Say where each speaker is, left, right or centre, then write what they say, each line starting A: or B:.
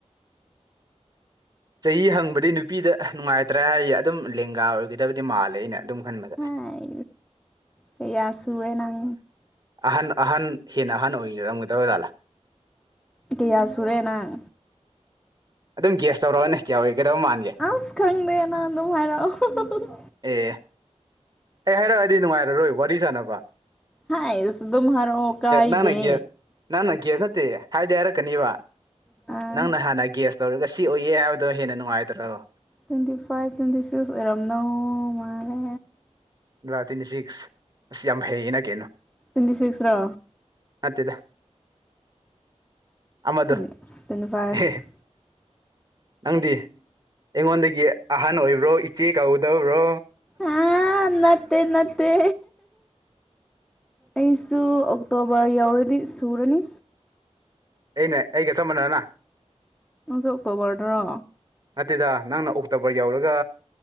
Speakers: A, on the right; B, in the centre.
A: ꯆꯍꯤ ꯍꯪꯕꯗꯤ ꯅꯨꯄꯤꯗ ꯅꯨꯡꯉꯥꯏꯇ꯭ꯔꯦ ꯍꯥꯏꯌꯦ ꯑꯗꯨꯝ ꯂꯦꯡꯒꯥ ꯑꯣꯏꯒꯗꯕꯗꯤ ꯃꯥꯜꯂꯦ ꯑꯩꯅ ꯑꯗꯨꯝ ꯈꯟꯕꯅꯦ
B: ꯍꯥꯏ ꯀꯌꯥ ꯁꯨꯔꯦ ꯅꯪ
A: ꯑꯍꯟ-ꯑꯍꯟ ꯍꯦꯟꯅ ꯑꯍꯟ ꯑꯣꯏꯔꯝꯒꯗꯕ ꯖꯥꯠꯂ
B: ꯀꯌꯥ ꯁꯨꯔꯦ ꯅꯪ
A: ꯑꯗꯨꯝ ꯒꯌꯥꯁ ꯇꯧꯔꯑꯅꯦ ꯑꯣꯏꯔꯀꯗꯧ ꯃꯥꯟꯒꯦ
B: ꯑꯁ ꯈꯪꯗꯦ ꯅꯪ ꯑꯗꯨꯝ ꯍꯥꯏꯔꯛ ꯑꯣ
A: ꯑꯦ ꯑꯩ ꯍꯥꯏꯔꯛꯑꯗꯤ ꯅꯨꯡꯉꯥꯏꯔꯔꯣꯏ ꯋꯥꯔꯤ ꯁꯥꯥꯟꯅꯕ
B: ꯍꯁꯨ ꯑꯗꯨꯝ ꯃꯔꯛ ꯑꯣ ꯀꯥꯏꯗꯦ
A: ꯅꯪꯅ ꯒꯦ ꯅꯪꯅ ꯒꯦꯞ ꯅꯠꯇꯦ ꯍꯥꯏꯗꯤ ꯍꯥꯏꯔꯛꯀꯅꯤꯕ
B: ꯑꯥ
A: ꯅꯪꯅ ꯍꯥꯟꯅ ꯒ꯭ꯌꯥꯁ ꯇꯧꯔꯒ ꯁꯤ ꯑꯣꯏꯌꯦ ꯍꯥꯏꯕꯗꯣ ꯍꯦꯟꯅ ꯅꯨꯡꯉꯥꯏꯇꯔꯣ
B: ꯇ꯭ꯋꯦꯟꯇꯤ ꯐꯥꯏꯚ ꯇ꯭ꯋꯦꯟꯇꯤ ꯁꯤꯛꯁ ꯑꯣꯏꯔꯝꯗꯧ ꯃꯥꯜꯂꯦ
A: <unintelligible> ꯇ꯭ꯋꯦꯟꯇꯤ ꯁꯤꯛꯁ ꯑꯁ ꯌꯥꯝ ꯍꯩꯌꯦꯅ ꯀꯩꯅꯣ
B: ꯇ꯭ꯋꯦꯟꯇꯤ ꯁꯤꯛꯁ ꯔꯣ
A: ꯅꯠꯇꯦꯗ ꯑꯃꯗꯣ
B: ꯇ꯭ꯋꯦꯟꯇꯤ ꯐꯥꯏꯚ
A: ꯍꯦ ꯅꯪꯗꯤ ꯑꯩꯉꯣꯟꯗꯒꯤ ꯑꯍꯟ ꯑꯣꯏꯕ꯭ꯔꯣ ꯏꯆꯦ ꯀꯧꯒꯗꯧꯔꯣ
B: ꯑꯥ ꯅꯠꯇꯦ-ꯅꯠꯇꯦ ꯑꯩꯁꯨ ꯑꯣꯛꯇꯣꯕꯔ ꯌꯧꯔꯗꯤ ꯁꯨꯔꯅꯤ
A: ꯑꯩꯅ ꯑꯩꯒ ꯆꯞꯃꯥꯟꯅꯅꯥ
B: ꯅꯪꯁꯨ ꯑꯣꯛꯇꯣꯕꯔꯗꯔꯣ
A: ꯅꯠꯇꯦꯗ ꯅꯪꯅ ꯑꯣꯛꯇꯣꯕꯔ ꯌꯧꯔꯒ